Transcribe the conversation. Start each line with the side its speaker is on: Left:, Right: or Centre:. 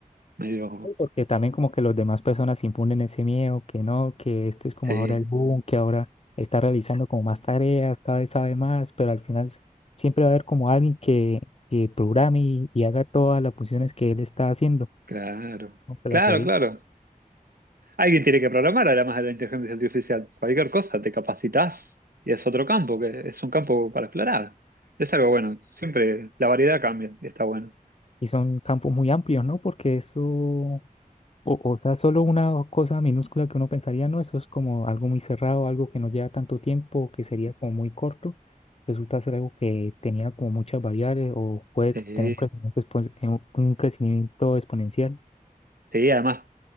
Right: medio,
Left: sí, Porque también como que las demás personas infunden ese miedo, que no, que esto es como
Right: sí,
Left: ahora el boom, que ahora está realizando como más tareas, cada vez sabe más, pero al final s- siempre va a haber como alguien que, que programe y, y haga todas las funciones que él está haciendo,
Right: claro,
Left: aunque
Right: claro,
Left: la revise.
Right: claro. Alguien tiene que programar además de la inteligencia artificial. Cualquier cosa te capacitas y es otro campo, que es un campo para explorar. Es algo bueno, siempre la variedad cambia y está bueno.
Left: Y son campos muy amplios, ¿no? Porque eso, o, o sea, solo una cosa minúscula que uno pensaría, no, eso es como algo muy cerrado, algo que no lleva tanto tiempo, que sería como muy corto, resulta ser algo que tenía como muchas variables o puede
Right: Sí,
Left: que tener un crecimiento, expo- eh, un un crecimiento exponencial.
Right: sí, además